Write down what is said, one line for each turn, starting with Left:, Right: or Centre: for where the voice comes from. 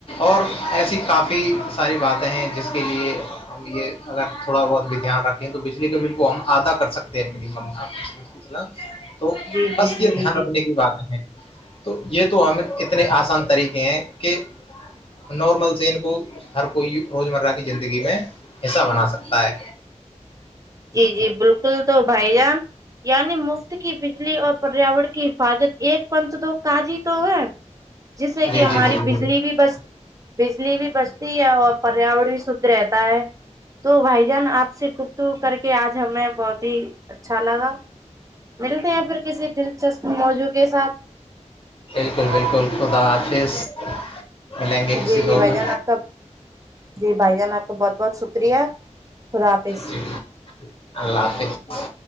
Left: اور ایسی کافی ساری باتیں ہیں جس کے لیے ہم یہ اگر تھوڑا بہت بھی دھیان رکھیں تو بجلی کے بل کو ہم آدا کر سکتے ہیں آپلا تو
Right: جی
Left: بس
Right: جی جی
Left: یہ
Right: جی
Left: دھیان رکھنے کی بات ہے تو یہ تو ہم اتنے آسان طریقے ہیں کہ نارمل سے ان کو ہر کوئی روز مرہ کی زندگی میں حصہ بنا سکتا ہے
Right: جی جی بالکل تو بھائی جان یعنی مفت کی بجلی اور پریاورن کی حفاظت ایک پنت تو کاج ہی تو ہے جس سے
Left: جی
Right: کہ ہماری
Left: جی جی بالکل
Right: بجلی بھی بچتی بجلی بھی بچتی ہے اور پریاورن بھی شھ رہتا ہے تو بھائی جان آپ سے گپت کر کے آج ہمیں بہت ہی اچھا لگا ملتے ہیں پھر کسی دلچسپ موضوع کے ساتھ
Left: بالکل بالکل خدا حافظ ملیں گے کسی
Right: جی جی
Left: دور
Right: بھائی
Left: میں
Right: جان کب جی بھائی جان آپ کا بہت بہت شکریہ خدا حافظ
Left: جی اللہ حافظ